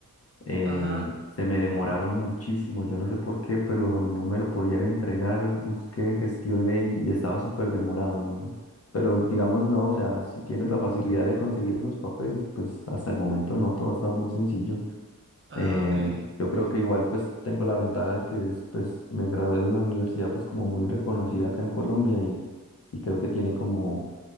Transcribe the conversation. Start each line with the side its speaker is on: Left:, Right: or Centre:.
Left: eh,
Right: Ajá.
Left: se me demoraron muchísimo, yo no sé por qué, pero no me lo podían entregar, busqué, gestioné y estaba súper demorado, ¿no? Pero digamos, no, o sea, si tienes la facilidad de conseguir esos papeles, pues hasta el momento no, todo ha estado muy sencillo.
Right: Ah,
Left: Eh,
Right: ok,
Left: yo
Right: ok.
Left: creo que igual pues tengo la ventaja de que es, pues me gradué de una universidad pues como muy reconocida acá en Colombia y, y creo que tiene como